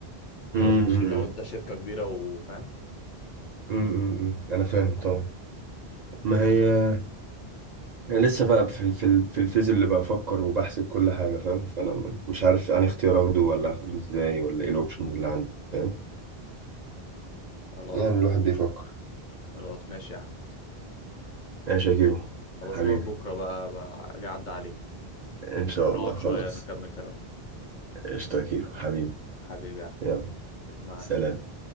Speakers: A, on the left (about 50°); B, on the right (about 55°).
A: لو
B: امم
A: انت ش...
B: امم
A: لو انت شركة كبيرة وفاهم
B: أمم. أمم. انا فاهم طبعا ما هي انا لسه بقى في في في الفيز اللي بفكر وبحسب كل حاجه فاهم فانا م- مش عارف انهي اختيار اخده ولا اخده ازاي ولا ايه الاوبشنز اللي عندي فاهم
A: خلاص
B: يعني الواحد بيفكر
A: خلاص ماشي يا احمد
B: ماشي يا شاكيرو
A: ابقى
B: حبيبي
A: اشوفك بكره بقى بقى اجي اعدي عليك
B: ان شاء
A: ونقعد
B: الله
A: شويه
B: خلاص
A: نكمل كلامنا
B: قشطة يا كيرو حبيبي
A: حبيبي يا احمد
B: يلا
A: مع
B: سلام
A: السلامه